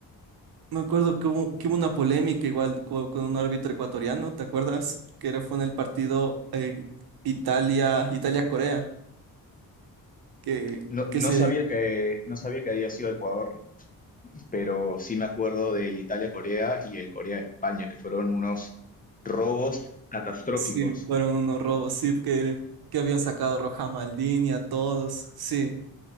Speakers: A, on the right (about 80°); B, on the left (about 20°).
A: Me acuerdo que hubo, que hubo una polémica igual co- con, un árbitro ecuatoriano, ¿te acuerdas? Que era, fue en el partido eh, Italia, Italia-Corea, que,
B: No,
A: que
B: no
A: se
B: sabía que, no sabía que había sido Ecuador, pero sí me acuerdo del Italia-Corea y el Corea-España, que fueron unos robos catastróficos.
A: Sí, fueron unos robos, sí, que, que habían sacado a Roja Maldini a todos, sí.